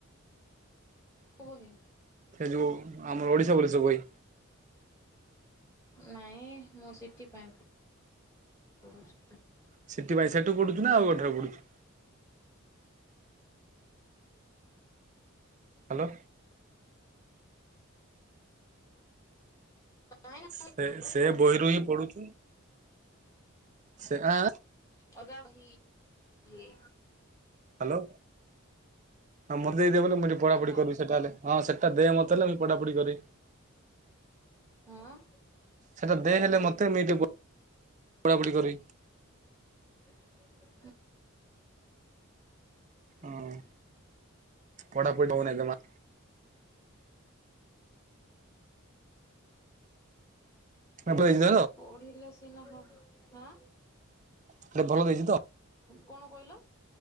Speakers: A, on the left; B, on the right.
A: କୂଅ ହେ।
B: ସେ ଯୋଉ, ଆମର ଓଡ଼ିଶା ବୋଲି ସବୁ ବହି।
A: ନାଇଁ ମୁଁ ସି ଟି ପାଇଁ ପଢ଼ୁଛି
B: ସି ଟି ପାଇଁ ସେଠୁ ପଢ଼ୁଚୁ ନା ଆଉ କୋଉଠାରେ ପଢୁଚୁ? ହାଲୋ।
A: ନାଇଁ
B: ସେ ସେ
A: ଅଲଗା
B: ବହିରୁ ହିଁ ପଢୁଚୁ ସେ ଆଁ
A: ଅଲ୍ଗା ବହି ଦିଏ।
B: ହାଲୋ, ହଁ ମୋତେ ଦେଇଦିଅ ବଲେ ମୁଁ ଟିକେ ପଢ଼ାପଢ଼ି
A: ହ୍ୟାଲୋ
B: କରିବି ସେଟା ହେଲେ। ହଁ ସେଟା ଦେ ମତେଲେ ମୁଁ ପଢା ପଢି କରି।
A: ହଁ?
B: ସେଇଟା ଦେ ହେଲେ ମୋତେ ମୁଁ <unintelligible> ପଢ଼ା ପଢ଼ି କରି
A: <unintelligible>
B: ହଁ, ପଢା ପଡ଼ି ହଉ ନାଇଁ ଜମା। ଭଲ ଦେଇଛି ତ
A: ପଢ଼ିଲେ ଦିନକ ହାଁ?
B: <unintelligible> ଭଲ ଦେଇଚି ତ?
A: କଣ କହିଲ?